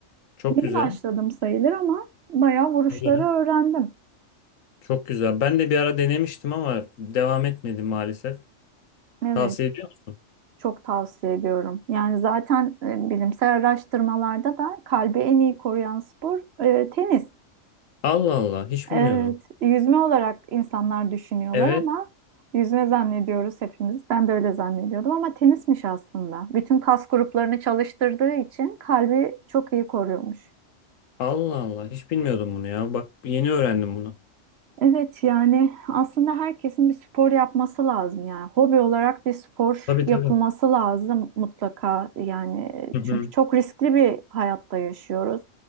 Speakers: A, on the left; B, on the right.
A: Çok
B: Yeni
A: güzel.
B: başladım sayılır ama bayağı vuruşları
A: Güzel.
B: öğrendim.
A: Çok güzel. Ben de bir ara denemiştim ama devam etmedim maalesef.
B: Evet,
A: Tavsiye ediyor musun?
B: çok tavsiye ediyorum. Yani zaten e, bilimsel araştırmalarda da kalbi en iyi koruyan spor e, tenis.
A: Allah Allah, hiç
B: Evet,
A: bilmiyordum.
B: yüzme olarak insanlar düşünüyorlar
A: Evet.
B: ama yüzme zannediyoruz hepimiz. Ben de öyle zannediyordum ama tenismiş aslında. Bütün kas gruplarını çalıştırdığı için kalbi çok iyi koruyormuş.
A: Allah Allah hiç bilmiyordum bunu ya. Bak yeni öğrendim bunu.
B: Evet yani aslında herkesin bir spor yapması lazım yani hobi olarak bir spor
A: Tabii
B: yapılması
A: tabii.
B: lazım mutlaka yani
A: Hı hı.
B: çünkü çok riskli bir hayatta yaşıyoruz.